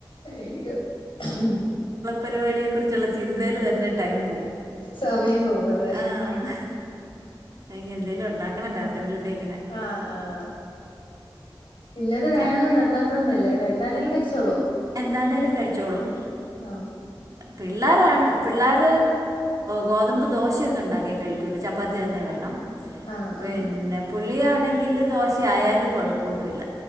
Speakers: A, on the left (about 80°); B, on the right (about 40°).
A: യ്ക <inaudible>
B: പരിപാടിയെ കുറിച്ചുള്ള ചിന്തയിൽ തന്നെ ടൈം പോവും..
A: സമയം പോകും അതെ
B: ആഹ്... ഞാൻ എന്തേലും ഉണ്ടാക്കട്ടെ ണം രാത്രിയിലത്തെക്ക്
A: ആഹ ആഹ് ഇന്നത് വേണെന്ന്
B: ചപ്
A: നിർബന്ധന്നില്ലല്ലേ.. എന്താണേലും കഴിച്ചോളോ?
B: എന്താണേലും കഴിച്ചോളും.
A: ആഹ്
B: പിള്ളേർാണ് പിള്ളേർ ഗോതമ്പ് ദോശയൊന്നും ഉണ്ടാക്കിയൽ കഴിക്കൂല ചപ്പാത്തി തന്നെ വേണം
A: ആഹ്
B: പിന്നെ
A: ആഹ്
B: പുള്ളിയാണെങ്കില് ദോശയായാലും കൊഴപ്പമൊന്നുമല്ല